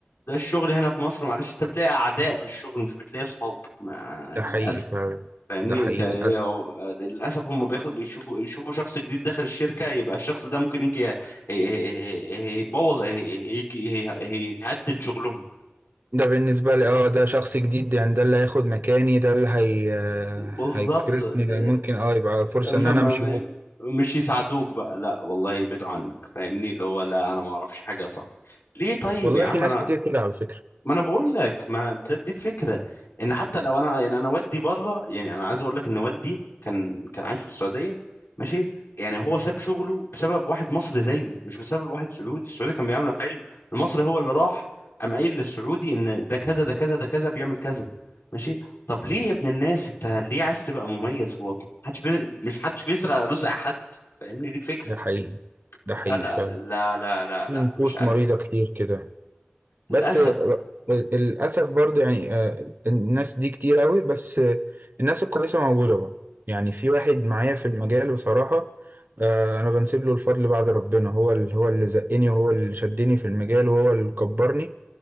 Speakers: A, on the left (about 80°); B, on the right (about 50°).
A: ده الشغل هنا في مصر معلش انت بتلاقي اعداء في الشغل مش بتلاقي صحاب ما
B: ده حقيقي
A: للاسف
B: فعلا
A: فاهمني
B: ده حقيقي
A: انت ايه
B: للأسف
A: هو للاسف هم بياخد بيشوفوا يشوفوا شخص جديد داخل الشركه يبقى الشخص ده ممكن يجي ي- ي- يبوظ يجي يهدد شغلهم
B: ده بالنسبة لي اه ده شخص جديد يعني ده اللي هياخد مكاني ده اللي هي
A: بالظبط
B: هيكرفني
A: ب-
B: ممكن اه يبقى فرصة ان
A: فما
B: انا امشي
A: م- مش يساعدوك بقى لا والله يبعدوا عنك فاهمني اللي هو لا انا ما اعرفش حاجه صح ليه طيب
B: والله
A: يا عم
B: في ناس
A: انا
B: كتير كده على فكرة
A: ما انا بقول لك ما ده دي الفكره ان حتى لو انا يعني انا والدي بره يعني انا عايز اقول لك ان والدي كان كان عايش في السعوديه ماشي يعني هو ساب شغله بسبب واحد مصري زيه مش بسبب واحد سعودي السعودي كان بيعمله حلو المصري هو اللي راح قام قايل للسعودي ان ده كذا ده كذا ده كذا بيعمل كذا ماشي طب ليه يا ابن الناس انت ليه عايز تبقى مميز هو محدش بي... مش حدش بيسرق رزق حد فاهمني دي الفكره
B: ده حقيقي ده حقيقي
A: فلا
B: فعلا
A: لا لا لا
B: في
A: لا
B: نفوس
A: مش عارف
B: مريضة كتير كده
A: للاسف
B: بس ر- للأسف برضه يعني آه، الناس دي كتير قوي بس آه، الناس الكويسة موجودة برضه يعني في واحد معايا في المجال بصراحة آه، أنا بنسب له الفضل بعد ربنا هو اللي هو اللي زقني وهو اللي شدني في المجال وهو اللي كبرني